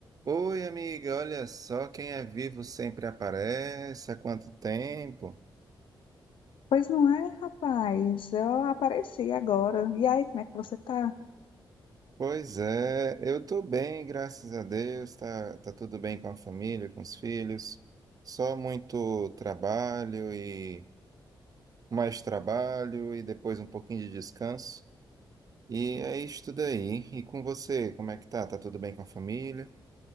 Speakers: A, on the right; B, on the left.
A: Oi, amiga, olha só, quem é vivo sempre aparece. Há quanto tempo?
B: Pois não é, rapaz? Eu apareci agora. E aí, como é que você tá?
A: Pois é, eu tô bem, graças a Deus. Tá, tá tudo bem com a família, com os filhos. Só muito trabalho e mais trabalho e depois um pouquinho de descanso. E é isso daí. E com você, como é que tá? Tá tudo bem com a família?